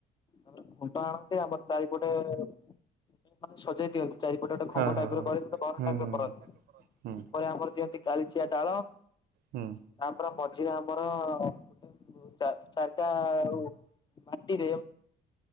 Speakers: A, on the left; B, on the right.
A: ତାପରେ ଘୁଣ୍ଟ ଆଣନ୍ତି ଆମର ଚାରିପଟେ ଏ ମାନେ ସଜେଇ ଦିଅନ୍ତି ଚାରି ଗୋଟେ ଗୋଟେ
B: ହଁ
A: ଖମ୍ବ
B: ହଁ
A: ଟାଇପର
B: ହଁ
A: କରି ଗୋଟେ ଘର ଟାଇପର
B: ହୁଁ
A: କରନ୍ତି
B: ହୁଁ
A: ପରେ ଆମର ଦିଅନ୍ତି କାଳିଚିଆ ଡାଳ
B: ହୁଁ।
A: ତାପରେ ମଝିରେ ଆମର ଓ ଚାର ଚାରଟା ଆଉ ମାଟିରେ